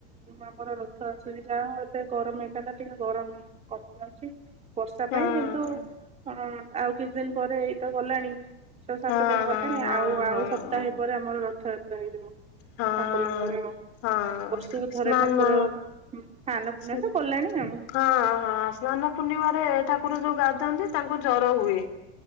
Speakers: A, on the right; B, on the left.
A: ଆମର ରଥ ଆସୁଚି ଯାହା ହଉ ଏବେ ଗରମ ହେଇଥାନ୍ତା ଟିକେ ଗରମ <unintelligible> ଯାଉଚି। ବର୍ଷା
B: ହଁ
A: ପାଇଁ କିନ୍ତୁ ଅଁ ଆଉ କିଛି ଦିନ ପରେ ଏଇତ ଗଲାଣି। ଛ ସାତ
B: ହଁ
A: ଦିନ ଗଲାଣି
B: ହଁ
A: ଆଉ ଆଉ
B: ହଁ
A: ସପ୍ତାହେ ପରେ ଆମର ରଥଯାତ୍ରା ହେଇଯିବ।
B: ହଁ
A: ଠାକୁରଙ୍କର
B: ହଁ
A: ବର୍ଷକୁ ଥରେ
B: ନାନା
A: ଠାକୁର ସ୍ନାନ ପୂର୍ଣ୍ଣିମା
B: ହୁଁ
A: ତ କଲେଣି ଆଉ।
B: ହଁ ହଁ। ସ୍ନାନ ପୂର୍ଣ୍ଣିମାରେ ଠାକୁର ଯୋଉ ଗାଧାନ୍ତି ତାଙ୍କୁ ଜର ହୁଏ।